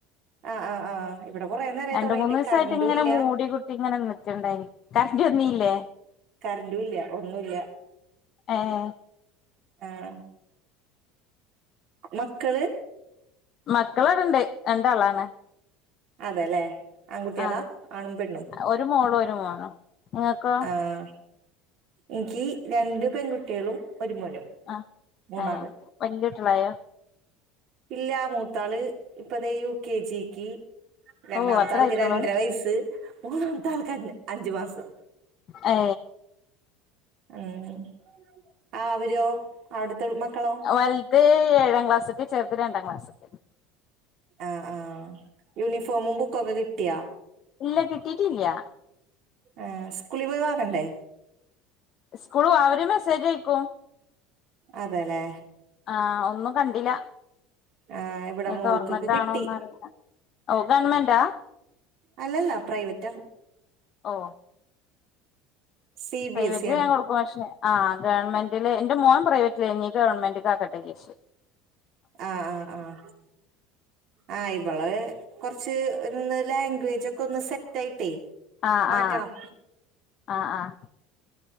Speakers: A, on the right; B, on the left.
A: ആ് ആ ആ് ഇവിടെ കുറെേ നേരമായി
B: രണ്ട്
A: തുടങ്ങിട്ട്
B: മൂന്ന് ദിവസായിട്ട്
A: കറണ്ടും
B: ഇങ്ങനെ
A: ഇല്ല
B: മൂടി കുട്ടി ഇങ്ങനെ നിക്കുണ്ടായിന് കറണ്ട് വന്നിലെ
A: കറണ്ടും ഇല്ല ഒന്നും ഇല്ല
B: ഏഹ്
A: ആഹ് മക്കള്
B: മക്കളിവിടൊണ്ട് രണ്ടാളാണ്
A: അതേല്ലെ ആൺകുട്ടികളാ
B: ആഹ്
A: ആണും പെണ്ണും
B: ഒരു മോളും ഒരു മോനും നിങ്ങക്കോ
A: ആഹ് എനിയ്ക്ക് രണ്ട് പെൺകുട്ടികളും ഒരു മോനും
B: ആഹ്
A: മൂന്നാള്
B: ഏ വല്ലിയിട്ടിയാളായോ
A: ഇല്ലാ മൂത്താള് ഇപ്പ ദേ യു കെ ജിക്ക് രണ്ടാമത്താൾക്ക്
B: ഓഹ് അത്രേ ആയിട്ടുള്ളൂ
A: രണ്ടര വയസ് മൂന്നാമത്താൾക്ക് അ അഞ്ചു മാസം
B: ഏ
A: ഉം ആ അവരോ അവിടുത്തെ മക്കളോ
B: വലുത് ഏഴാം ക്ലാസ് ല് ചെറുത് രണ്ടാം ക്ലാസ് ല്
A: ആഹ് ആഹ് യൂണിഫോമും ബുക്കൊക്കെ കിട്ടിയാ
B: ഇല്ല കിട്ടീട്ടില്യ
A: ആഹ് സ്കൂളിൽ പോയി വാങ്ങണ്ടേ
B: സ്കൂള് അവരു മെസ്സേജയക്കും
A: അതേല്ലെ
B: ആഹ് ഒന്നും കണ്ടില്ല
A: ആഹ് ഇവിടെ
B: ഇനി
A: മോൾക്കൊക്കെ
B: തൊറന്നിട്ടാണോന്നറിയില്ല
A: കിട്ടി
B: ഓ ഗവൺമെന്റാ
A: അല്ലല്ല പ്രൈവറ്റാ
B: ഓ
A: C
B: private
A: B S E ആണ്
B: ഞാൻ കൊടു ആ ഗവൺമെന്റില് എന്റെ മോൻ പ്രൈവറ്റ് ആയി നി ഇനി ഗവൺമെന്റ് ആക്കെട്ടെ ജാരിച്ചു
A: ആഹ് ആഹ് ആഹ് ആഹ് ഇവള് കൊറച്ച് ഒന്ന് ലാംഗ്വേജൊക്കെ ഒന്ന് സെറ്റായിട്ടെ
B: ആ
A: മാറ്റണം
B: ആ ആ ആ